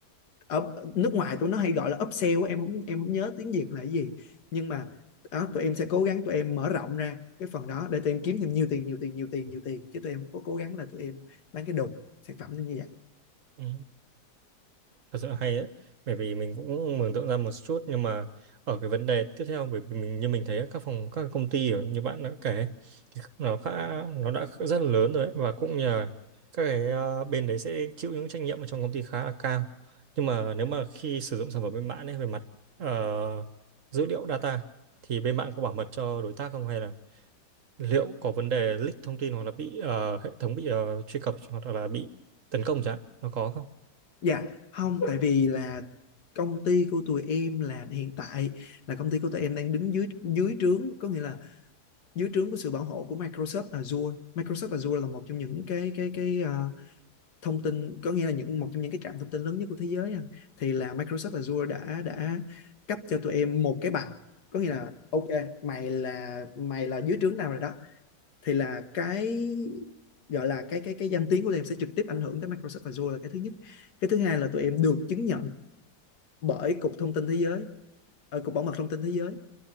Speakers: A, on the left; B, on the right.
A: ở nước ngoài tụi nó hay gọi là upsell á, em không em không nhớ tiếng Việt là cái gì nhưng mà đó, tụi em sẽ cố gắng tụi em mở rộng ra cái phần đó để tụi em kiếm thêm nhiều tiền nhiều tiền nhiều tiền nhiều tiền chứ tụi em không có cố gắng là tụi em bán cái đồ sản phẩm như vậy
B: Ừ. thật sự là hay đấy bởi vì mình cũng mường tượng ra một chút nhưng mà ở cái vấn đề tiếp theo bởi vì mình như mình thấy các phòng các công ty ở- như bạn đã kể thì nó khá nó đã rất là lớn rồi đấy và cũng nhờ các cái ờ, bên đấy sẽ chịu những trách nhiệm ở trong công ty khá là cao nhưng mà nếu mà khi sử dụng sản phẩm bên bạn ấy về mặt ờ, dữ liệu data thì bên bạn có bảo mật cho đối tác không hay là liệu có vấn đề leak thông tin hoặc là bị ờ, hệ thống bị ờ, truy cập hoặc là bị tấn công chẳng hạn nó có không
A: dạ không tại vì là công ty của tụi em là hiện tại là công ty của tụi em đang đứng dưới dưới trướng có nghĩa là dưới trướng của sự bảo hộ của Microsoft Azure Microsoft Azure là một trong những cái cái cái uh, thông tin có nghĩa là những một trong những cái trạm thông tin lớn nhất của thế giới à. thì là Microsoft Azure đã đã cấp cho tụi em một cái bằng có nghĩa là ok mày là mày là dưới trướng nào rồi đó thì là cái gọi là cái cái cái danh tiếng của tụi em sẽ trực tiếp ảnh hưởng tới Microsoft Azure là cái thứ nhất cái thứ hai là tụi em được chứng nhận bởi cục thông tin thế giới ờ, cục bảo mật thông tin thế giới